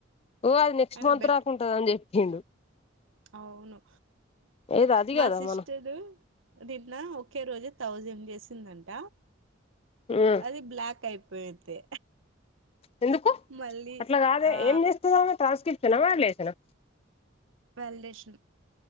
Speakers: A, on the left; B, on the right.
A: ఓ అది నెక్స్ట్
B: అయినా
A: మంత్
B: బెట్
A: రాకుంటది అని చెప్పిండు
B: అవును
A: ఏది అది
B: మా
A: కదా
B: సిస్టరు
A: మనం
B: నిన్న ఒకే రోజు థౌసండ్ చేసిందంట
A: ఉమ్
B: అది బ్లాక్ అయిపోయింది
A: ఎందుకు
B: మళ్ళీ
A: అట్లా కాదే
B: ఆ
A: ఏం చేస్తుదో ఆమె ట్రాన్స్క్రిప్షనా వాలిడేషనా
B: వాల్డేషన్